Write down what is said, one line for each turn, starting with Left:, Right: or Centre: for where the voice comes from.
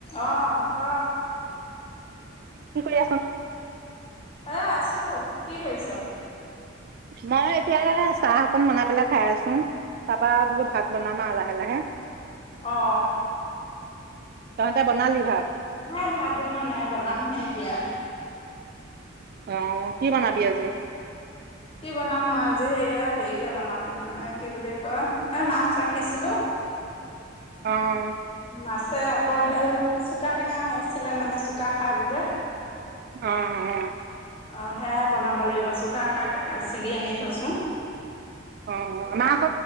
Left: অ ক
Right: কি কৰি আছ
Left: এ আছো কি কৰিছ
Right: মই এতিয়া চাহ অকন বনাই পেলাই খাই আছো তাৰ পৰা বুলো ভাত বনাম আৰু লাহে লাহে
Left: অ
Right: তহঁতে বনালি ভাত?
Left: ন ভাত বনোৱা নাই বনামহে এতিয়া
Right: আহ কি বনাবি আজি
Left: কি বনাম মই আজি এইয়া হেৰিকে বনাম এ কি বুলি কয় এ মাছ ৰাখিছিলো।
Right: অ'
Left: মাছ। আকৌ সেল চুকা টেঙা হৈছিলে মানে চুকা শাক যে।
Right: অঁ অঁ।
Left: অঁ সেয়া বনাব লাগিব চুকা শাক চিগি আনি। থৈছো
Right: অঁ মা।